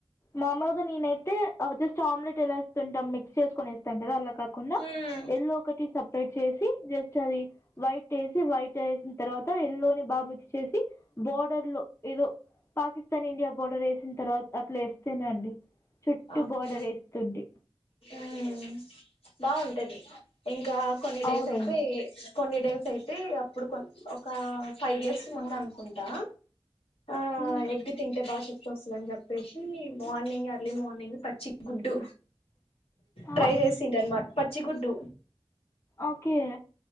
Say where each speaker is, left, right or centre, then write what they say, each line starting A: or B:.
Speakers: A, on the left; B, on the left.
A: మామూలుగా నేనైతే జస్ట్ ఆమ్లెట్ ఎలా ఎస్తుంటం మిక్స్ చేసుకొని ఎస్తుం కదా అలా కాకుండా
B: మ్మ్
A: ఎళ్ళో ఒకటి సపరేట్ చేసి జస్ట్ అది వైట్ వేసి వైట్ వేసిన తర్వాత ఎల్లోని బాగా మిక్స్ చేసి బోర్డర్ లో ఏదో పాకిస్తాన్ ఇండియా బోర్డర్ వేసిన తర్వాత అట్లా వేస్తేనే అండి చుట్టు
B: ఓకే
A: బోర్డర్ వేస్తుంటి
B: మ్మ్ బాగుంటది ఇంకా కొన్ని డేస్
A: అవునవును
B: అయితే కొన్ని డేస్ అయితే అప్పుడు కొ ఒక ఫైవ్ ఇయర్స్ ముందనుకుంటా ఆ
A: మ్మ్.
B: ఎగ్ తింటే బాగా శక్తి వస్తదని చెప్పేసి మార్నింగ్ ఎర్లీ మార్నింగ్ పచ్చి గుడ్డు ట్రై
A: ఆ?
B: చేసింటన్నమాట పచ్చిగుడ్డు
A: ఓకే